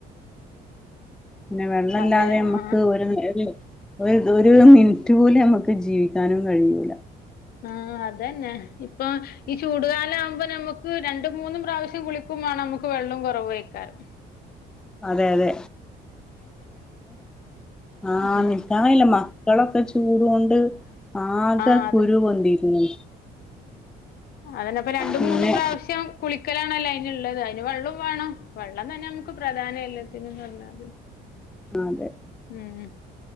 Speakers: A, in the centre; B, on the left (about 65°).
A: പിന്നെ വെള്ളല്ലാതെ
B: അതെ
A: നമ്മുക്ക്
B: ആഹ്
A: ഒരു <unintelligible> ഒരു ഇതോരെ ഒരു മിനിറ്റ് പോലും നമ്മുക്ക് ജീവിക്കാനും കഴിയൂല
B: ങാ അതന്നെ ഇപ്പൊ ഈ ചൂടുകാലം ആകുമ്പോ നമ്മുക്ക് രണ്ടും മൂന്നും പ്രാവശ്യം കുളിക്കും മേണം നമുക്ക് വെള്ളോം കൊറ്വായിക്കാറ്
A: അതെ അതെ ആ
B: ഉം
A: നിക്കാങ്കയില്ലമ്മ ഞങ്ങളൊക്കെച്ചൂട്കൊണ്ട് ആകെ
B: ആഹ്
A: കുരു കൊണ്ടിരുന്നു
B: അതന്പ്പ രണ്ടും
A: പിന്നെ
B: മൂന്നും പ്രാവശ്യം കുളിക്ക പക്കലാണല്ലോ അതിനുള്ളത് അതിന് വെള്ളവും വേണം വെള്ളം തന്നെ നമുക്ക് പ്രധാനം എല്ലാത്തിനുന്ന് പറഞ്ഞാത്
A: ആതെ
B: ഉം ഉം